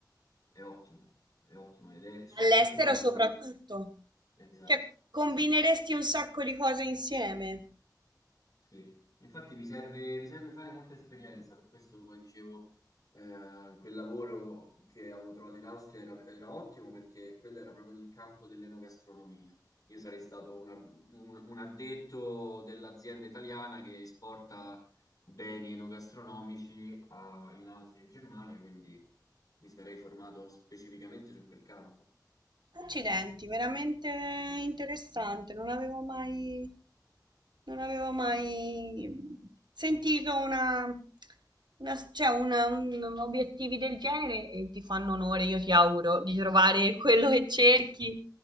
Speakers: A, on the left; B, on the right.
A: è ottimo, è ottimo ed è soprattutto
B: All'estero
A: una
B: soprattutto.
A: qualità. Esatto,
B: Cioè, combineresti
A: esatto.
B: un sacco di cose insieme.
A: Sì, infatti mi serve, mi serve fare molta esperienza, per questo poi dicevo, eh, quel lavoro che avevo trovato in Austria era, era ottimo perché quello era proprio nel campo dell'enogastronomia. Io sarei stato una- un, un addetto dell'azienda italiana che esporta beni enogastronomici a- in Austria e in Germania, quindi mi sarei formato specificamente su quel campo.
B: Accidenti, veramente interessante, non avevo mai, non avevo mai sentito una, una- cioè una- un- obiettivi del genere e ti fanno onore, io ti auguro di trovare quello che cerchi,